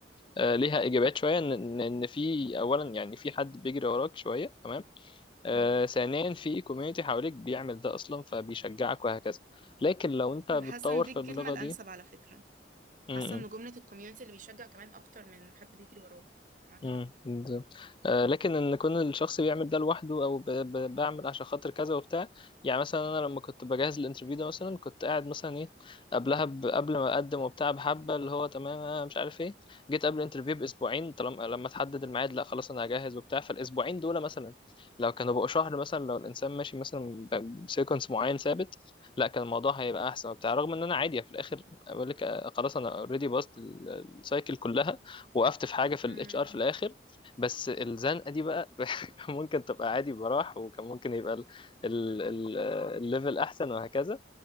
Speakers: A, on the left; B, on the right.
A: آه، ليها اجابات شويه ان ان إن في اولا يعني في حد بيجري وراك شويه تمام آه،
B: مم.
A: ثانيا في كوميونتي حواليك بيعمل ده اصلا فبيشجعك وهكذا لكن لو انت بتطور
B: انا حاسه ان دي
A: في
B: الكلمه
A: اللغه
B: الانسب
A: دي
B: على فكره
A: م-
B: حاسه ان
A: م.
B: جمله الكوميونتي اللي بيشجع كمان اكتر من حد بيجري وراك معاك
A: امم
B: حق
A: بالظبط آه، لكن ان يكون الشخص بيعمل ده لوحده او ب- ب- بعمل عشان خاطر كذا وبتاع يعني مثلا انا لما كنت بجهز الانترفيو ده مثلا كنت قاعد مثلا ايه قبلها ب... قبل ما اقدم وبتاع بحبه اللي هو تمام أنا مش عارف ايه جيت قبل الانترفيو باسبوعين طالما لما تحدد الميعاد لا خلاص انا هجهز وبتاع فالاسبوعين دول مثلا لو كانوا بقوا شهر مثلا لو الانسان ماشي مثلا بسيكونس معين ثابت لا كان الموضوع هيبقى احسن وبتاع رغم ان انا عادي في الاخر بقول لك آه، خلاص انا اوريدي باصت السايكل كلها وقفت في حاجه في الاتش
B: مم.
A: ار في الاخر بس الزنقه دي بقى <laughs> كان ممكن تبقى عادي براح وكان ممكن يبقى ال- ال- ال- الليفل احسن وهكذا